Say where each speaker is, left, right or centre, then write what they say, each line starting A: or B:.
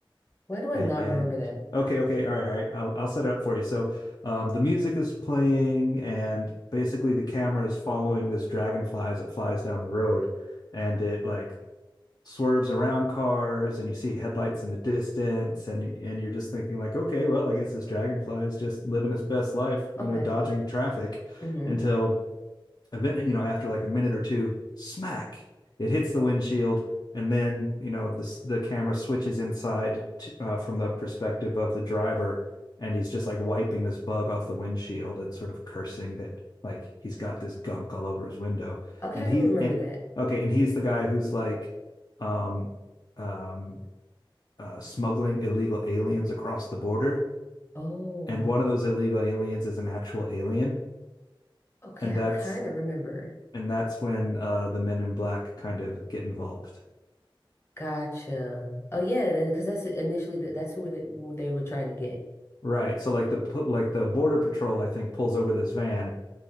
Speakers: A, on the left; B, on the left.
A: Why do I
B: And
A: not remember that?
B: okay, okay, all right, all right. I'll, I'll set it up for you. So um, the music is playing, and basically the camera is following this dragonfly as it flies down the road, and it like swerves around cars, and you see headlights in the distance, and and you're just thinking like, okay, well, I guess this dragonfly is just living its best life, you
A: Okay.
B: know, dodging traffic,
A: Mm-hmm.
B: until event, you know, after like a minute or two, smack, it hits the windshield, and then you know the the camera switches inside to, uh, from the perspective of the driver, and he's just like wiping this bug off the windshield and sort of cursing that like he's got this gunk all over his window,
A: Okay,
B: and
A: I
B: he
A: do remember
B: and
A: that.
B: okay, and he's the guy who's like, um, um, uh, smuggling illegal aliens across the border.
A: Oh.
B: And one of those illegal aliens is an actual alien,
A: Okay,
B: and
A: I
B: that's
A: kind of remember.
B: and that's when uh, the men in black kind of get involved.
A: Gotcha. Oh yeah, because that's initially th- that's who they, who they were trying to get.
B: Right. So like the like the border patrol, I think, pulls over this van